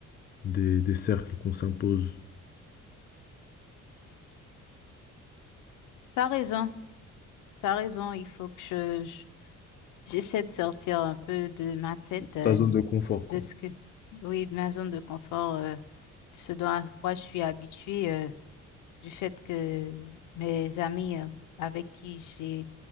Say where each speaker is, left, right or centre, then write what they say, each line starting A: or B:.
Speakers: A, on the left (about 35°); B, on the left (about 80°).
A: des, des cercles qu'on s'impose,
B: T'as raison, t'as raison. Il faut que je, je- j'essaie de sortir un peu de ma tête. euh,
A: ta zone de confort, quoi.
B: de ce que, oui, de ma zone de confort, euh, de ce dont à quoi je suis habituée, euh, du fait que mes amis euh, avec qui j'ai